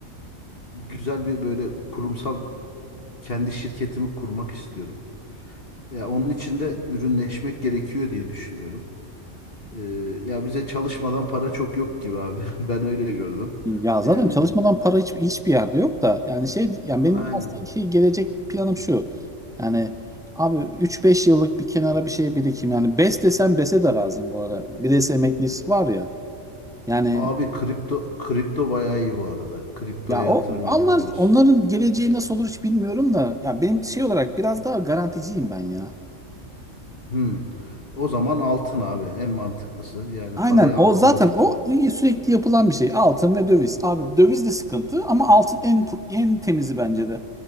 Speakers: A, on the left (about 45°); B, in the centre.
A: güzel bir böyle kurumsal kendi şirketimi kurmak istiyorum. Ya onun için de ürünleşmek gerekiyor diye düşünüyorum. E, ya bize çalışmadan para çok yok gibi abi. <laughs> Ben öyle gördüm.
B: Ya
A: Yani
B: zaten çalışmadan para hiç, hiçbir yerde yok da yani şey yani
A: aynen.
B: benim aslında ki gelecek planım şu. Yani abi üç beş yıllık bir kenara bir şey birikim. Yani BES desem BES'e de razıyım bu arada. BES emeklisi var ya. Yani
A: Abi kripto kripto bayağı iyi bu arada. Kriptoya
B: ya
A: yatırım
B: o onlar
A: yapabilirsin.
B: onların geleceği nasıl olur hiç bilmiyorum da ya benim şey olarak biraz daha garanticiyim ben ya.
A: Hmm. O zaman altın abi en mantıklısı. Yani
B: Aynen
A: parayı
B: o
A: altında
B: zaten
A: tutmak.
B: o sürekli yapılan bir şey. Altın ve döviz. Abi döviz de sıkıntı ama altın en en temizi bence de.